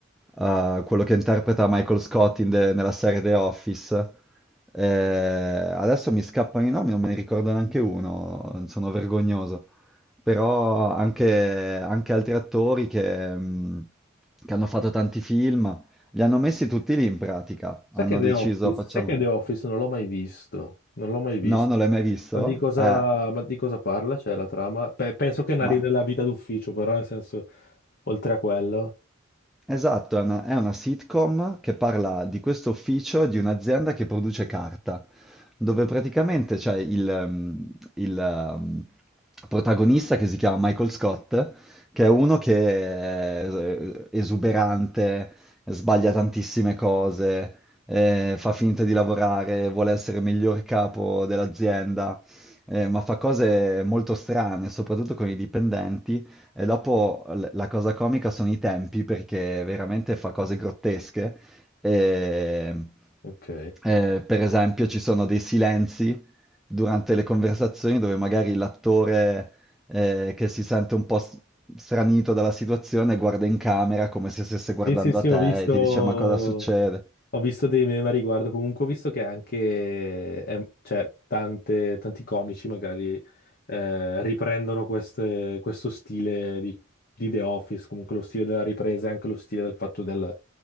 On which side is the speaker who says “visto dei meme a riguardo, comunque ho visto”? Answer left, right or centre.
Left